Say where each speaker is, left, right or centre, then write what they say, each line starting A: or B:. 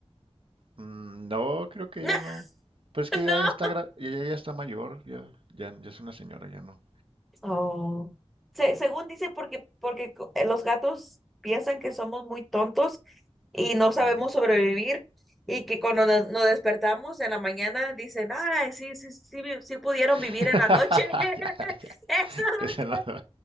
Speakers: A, on the right; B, in the centre.
A: Mm, No, creo que
B: <laughs>
A: ella no. Pues que
B: No,
A: ella ya está, gra- ella ya está mayor, ya, ya, ya es una señora, ya no.
B: Oh. Se- según dicen, porque, porque co- eh, los gatos piensan que somos muy tontos y no sabemos
A: Ujú.
B: sobrevivir y que cuando nos, nos despertamos en la mañana dicen, ay, sí, sí, sí, vi- sí pudieron
A: <laughs>
B: vivir en la noche. <laughs>
A: Ya, ya,
B: Eso es
A: esa
B: lo que...
A: no. no.